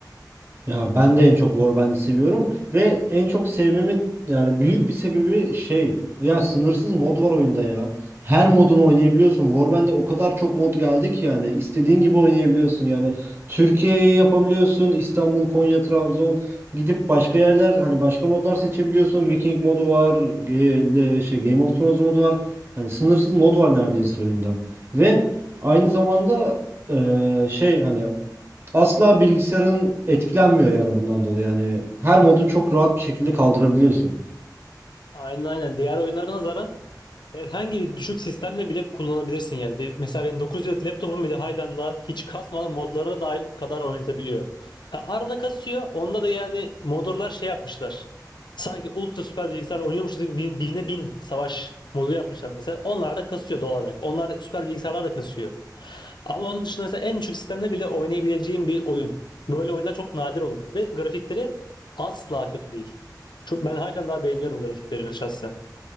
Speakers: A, on the right; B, on the left.
A: Ya ben de en çok Warband'i seviyorum ve en çok sevmemin yani büyük bir sebebi şey ya sınırsız mod var oyunda ya. Her modunu oynayabiliyorsun. Warband'de o kadar çok mod geldi ki yani istediğin gibi oynayabiliyorsun. Yani Türkiye'yi yapabiliyorsun. İstanbul, Konya, Trabzon gidip başka yerler hani başka modlar seçebiliyorsun. Viking modu var. Ge- le- şey Game of Thrones modu var. Hani sınırsız mod var neredeyse oyunda. Ve aynı zamanda eee, şey hani Asla bilgisayarın etkilenmiyor yani bundan dolayı. Yani her modu çok rahat bir şekilde kaldırabiliyorsun.
B: Aynen aynen. Diğer oyunlara nazaran Herhangi bir düşük sistemle bile kullanabilirsin yani. Be- Mesela benim 9 yıllık laptopum bile Highland'da hiç kasmadan modlara dahil kadar oynatabiliyor. Ha, arada kasıyor. Onda da yani modlar şey yapmışlar. Sanki ultra süper bilgisayar oynuyormuşuz gibi bin, bine bin savaş modu yapmışlar mesela. Onlar da kasıyor doğal olarak. Onlar süper bilgisayarlar da kasıyor. Ama onun dışında mesela en düşük sistemde bile oynayabileceğim bir oyun. Böyle oyunlar çok nadir olur. Ve grafikleri asla kötü değil. Çok, ben halen daha beğeniyorum grafiklerini şahsen.